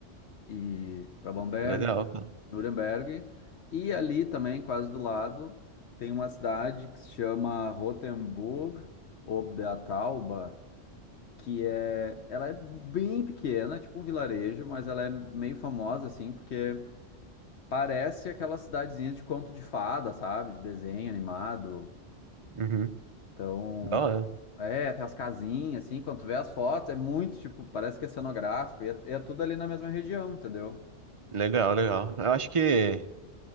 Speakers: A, on the left; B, on the right.
A: e para Bamberg
B: Legal, cara.
A: Nuremberg. E ali também, quase do lado, tem uma cidade que se chama Rotenburg ob der Tauber, que é, ela é bem pequena, tipo um vilarejo, mas ela é meio famosa assim, porque parece aquela cidadezinha de conto de fada, sabe? De desenho animado.
B: Uhum.
A: Então,
B: Da hora.
A: é, tem as casinhas assim, quando tu vê as fotos, é muito tipo, parece que é cenográfico, e é, e é tudo ali na mesma região, entendeu?
B: Legal, legal. Eu acho que